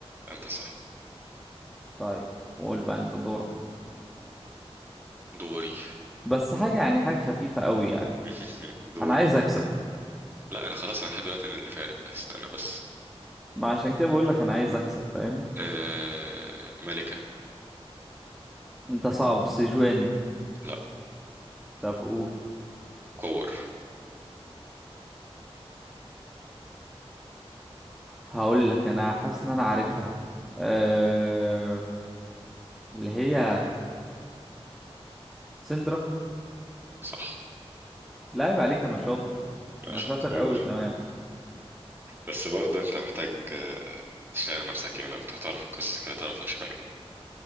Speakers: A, on the right; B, in the centre.
A: انت صح
B: طيب قول بقى انت دورك
A: دوري
B: بس حاجة يعني حاجة خفيفة قوي يعني
A: <laughs> دوري
B: انا عايز اكسب
A: لا انا خلاص انا لحد دلوقتي انا اللي فارق استنى بس
B: ما عشان كده بقول لك انا عايز اكسب فاهم
A: آه... ملكة
B: انت صعب سجواني
A: لا
B: طب قول
A: كور
B: هقول لك انا حاسس ان انا عارفها آه... اللي هي سندرا
A: صح
B: لا عيب عليك انا شاطر
A: لا
B: انا
A: شطور
B: شاطر قوي كمان
A: بس برضه انت محتاج آه، تشتغل على نفسك يعني اكتر تعرف القصص كده تعرف اشكالهم